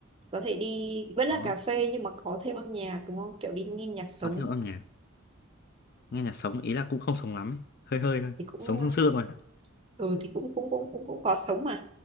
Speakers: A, on the right; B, on the left.
A: có thể đi vẫn là
B: Đó,
A: cà phê nhưng mà có thêm âm nhạc đúng không kiểu đi nghe nhạc sống
B: có theo âm nhạc, nghe nhạc sống, ý là cũng không sống lắm ấy, hơi hơi thôi,
A: thì cũng
B: sống sương
A: ờ,
B: sương rồi,
A: ừ thì cũng cũng cũng cũng cũng có sống mà